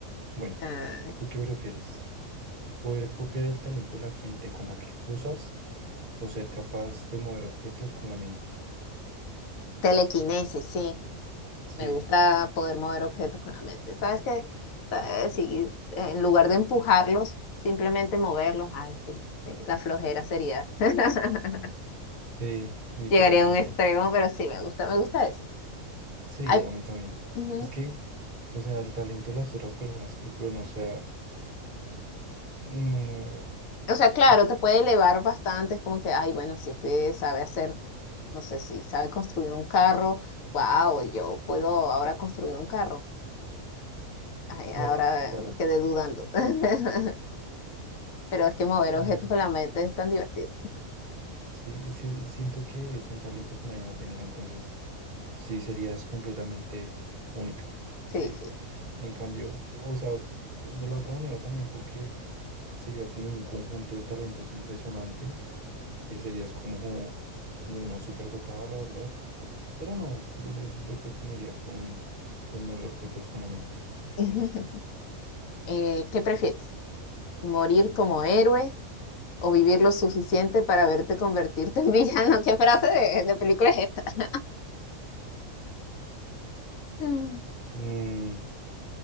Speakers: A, on the right (about 40°); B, on the left (about 75°).
A: Bueno,
B: Ah,
A: ¿tú qué prefieres? Poder copiar el talento de la gente con la que cruzas o ser capaz de mover objetos con la mente.
B: telequinesis, sí.
A: Sí,
B: Me gusta poder mover objetos con la mente. ¿Sabes qué? Eh, Sí, eh, en lugar de empujarlos, simplemente moverlos. Ay, sí. sí, La flojera sería. <laughs>
A: sí, literalmente.
B: Llegaría a un extremo, pero sí, me gusta, me gusta eso.
A: Sí,
B: Ay,
A: a mí también.
B: ujú.
A: Es que, o sea, el talento de las otras personas, pues bueno, o sea, mm,
B: O sea, claro,
A: mm,
B: te puede elevar bastante. Es como que, ay, bueno, si este sabe hacer, no sé, si sabe construir un carro, wow, yo puedo ahora construir un carro. Ay, ahora
A: claro, claro.
B: eh, quedé dudando. <laughs> Pero es que mover
A: mm,
B: objetos con la mente es tan divertido.
A: sí, es que siento que es un talento que nadie va a tener, entonces sí serías completamente única.
B: Sí,
A: Sí,
B: sí.
A: en cambio, o sea, de la otra manera también, porque sería como un conjunto de talentos impresionante que serías como, como una superdotada, la verdad. Pero no, yo, yo- yo creo que me iría con, con mover objetos con la mente.
B: <laughs> Eh, ¿qué prefieres? ¿Morir como héroe o vivir lo suficiente para verte convertirte en villano? <laughs> ¿Qué frase de, de película es esta? Mm.
A: Mm,